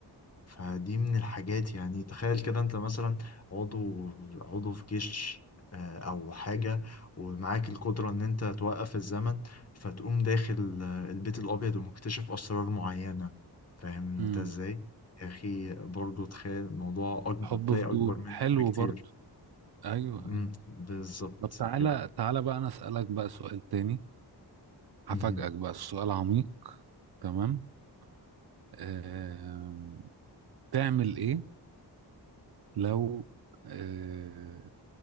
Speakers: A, on the left; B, on the right.
A: فدي من الحاجات يعني تخيل كده انت مثلا عضو عضو في جيش آه، او حاجة ومعاك القدرة ان انت توقف الزمن فتقوم داخل آه، البيت الابيض ومكتشف اسرار معينة فاهم
B: امم
A: انت ازاي يا اخي برضو تخيل الموضوع اكبر
B: حب
A: تلاقي
B: فضول
A: اكبر منك
B: حلو
A: بكتير
B: برضو ايوه
A: مم،
B: ايوه
A: بالظبط
B: طب تعالى
A: كده
B: تعالى بقى انا اسالك بقى سؤال تاني هفاجئك
A: مهم.
B: بقى السؤال عميق تمام آم، تعمل ايه لو آه،